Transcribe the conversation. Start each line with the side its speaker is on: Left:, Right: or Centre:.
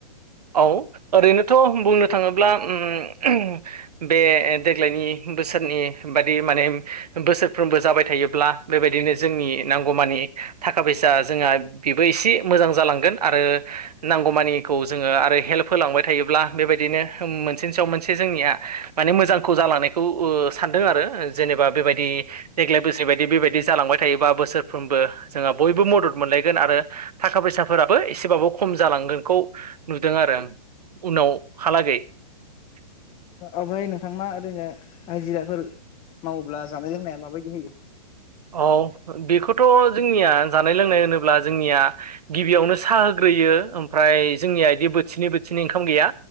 Right: औ ओरैनोथ' बुंनो थाङोब्ला ओम <unintelligible> बे देग्लायनि बोसोरनि बादि माने बोसोरफ्रोमबो जाबाय थायोब्ला बेबायदिनो जोंनि नांगौमानि थाखा फैसा जोंहा बेबो इसि मोजां जालांगोन आरो नांगौमानिखौ जोङो आरो हेल्प होलांबाय थायोब्ला बेबायदिनो मोनसेनि सायाव मोनसे जोंनिया माने मोजांखौ जालानायखौ ओ सानदों आरो जेनेबा बेबायदि देग्लाय बोसि बायदि बेबायदि जालांबाय थायोबा बोसोरफ्रोमबो जोंहा बयबो मदद मोनलायगोन आरो थाखा फैसाफोराबो एसेबाबो खम जालांगोनखौ नुदों आरो आं उनावहालागै <inaudible>
Left: ओमफाय नोंथां मा ओरैनो आायजिराफोर मावोब्ला जानाय लोंनाया माबायदि होयो
Right: औ बेखौथ' जोंनिया जानाय लोंनाय होनोब्ला जोंनिया गिबियावनो साहा होग्रोयो ओमफ्राय जोंनिया बिदि बोथिनै बोथिनै ओंखाम गैया